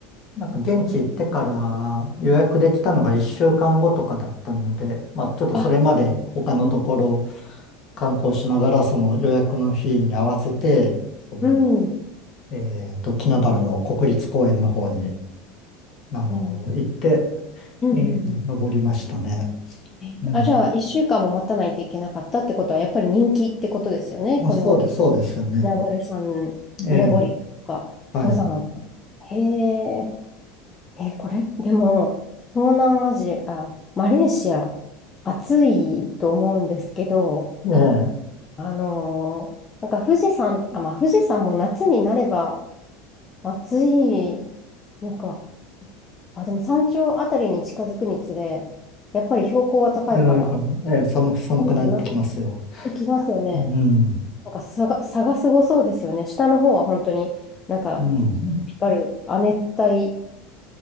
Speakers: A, on the left (about 45°); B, on the left (about 25°).
A: なんか現地行ってから予約できたのが1週間後とかだったので、まあちょっとそれまで他のところ
B: あ、うん、
A: 観光しながらその予約の日に合わせて、その、
B: うん、うん、
A: えっと、キナバルの国立公園の方に、あの、
B: あ、うん、
A: 行って、
B: うんうん
A: ええ登りましたね。
B: えーあ、
A: うん。
B: じゃあ、一週間も待たないといけなかったってことは、やっぱり人気ってことですよね。
A: まあ、
B: この、
A: そうです、そうですよね。
B: ナバル山登りとか、
A: ええ、はい。
B: 登山。へえ、えー、これ、でも、東南アジア、マレーシア、暑いと思うんですけど、
A: ええ、
B: あのーなんか富士山、あ、まあ、富士山も夏になれば暑いのか。あ、でも山頂あたりに近づくにつれ、やっぱり標高は高いから、
A: ええ、このええ寒く、寒くなってきますよ。
B: 寒くなってきますよね。
A: うん。
B: なんか差が、差がすごそうですよね。下の方は本当になんか、
A: うん。
B: ピカル、亜熱帯